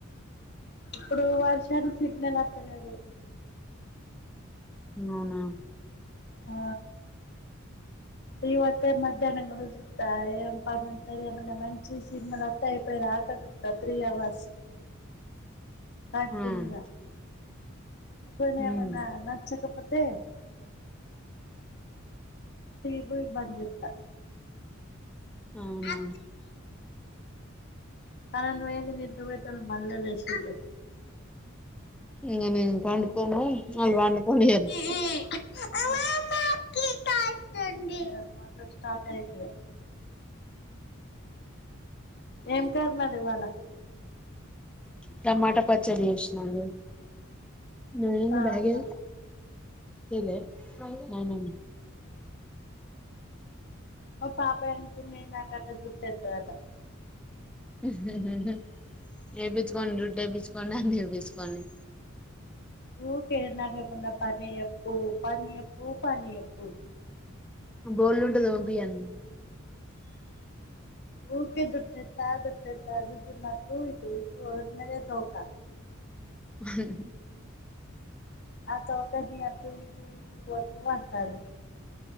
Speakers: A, on the left (about 55°); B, in the centre.
A: ఇప్పుడు వర్షానికి సిగ్నల్ అత్తలేదు
B: అవునా
A: ఆ టీవీ వత్తే మధ్యాహ్నం కూడా చూ త్త ఏం పని ఉంటది ఏమన్నా మంచిది సినిమాలు వత్తే అయిపోయేదాకా చూత్తా త్రీ అవర్స్ కంటిన్యూగా
B: ఉమ్
A: కొ
B: ఉమ్
A: ఏమన్నా నా నచ్చకపోతే టీబు బంద్ చేత్తా
B: అవునా
A: ఆ కరెంటు పోయింది నిద్రపోయేటోలు మల్ల నిద్ర లేసింలు
B: ఇంక నేను పండుకోను వాళ్లు పండుకోనియ్యరు
A: ఈ అమ్మమ్మ కి కాలతంది అది మళ్లా స్టార్ అయింది ఇక ఏం కర్రి మరి ఇవాళ
B: టమాటా పచ్చడి చేసినా అండి నువ్వే ఏంది
A: ఆహా
B: బ్యాగ్ ఏది తేలే నానం
A: ఓ మా పాప అనుకుంన నాకటా జుట్టేతాదట
B: హు హు హు వేపించుకోండి జుట్టు వేపించుకోండి అన్ని ఏపించుకోండి
A: ఊకె నాకేమన్నా పని యెప్పు పని యెప్పు పని యెప్పు
B: బొల్లుంటే ఉంటే తోమిపియ్యన్ <inaudible>
A: ఊకే జుట్టేత్త జుట్టేత్త జుట్టు నన్ను ఇటు ఇటు ఉన్నాదే తోక
B: ఉహ్
A: ఆ తోకని అటు ఇటు ఇటు అటు అంటాంది